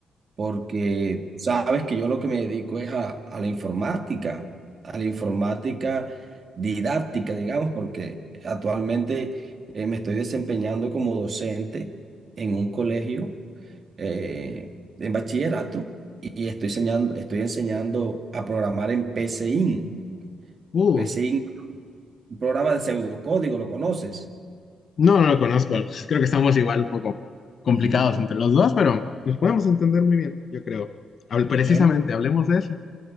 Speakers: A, on the right (about 45°); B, on the left (about 55°).
A: porque sabes que yo lo que me dedico es a, a la informática, a la informática didáctica, digamos, porque actualmente eh, me estoy desempeñando como docente en un colegio eh, en bachillerato y estoy enseñando, estoy enseñando a programar en PCIN.
B: Uh,
A: PCIN, un programa de pseudocódigo, ¿lo conoces?
B: No, no lo conozco. Creo que estamos igual un poco complicados
A: Mm,
B: entre los dos, pero nos podemos entender muy bien, yo creo. Habl- Precisamente,
A: Bueno,
B: hablemos de eso.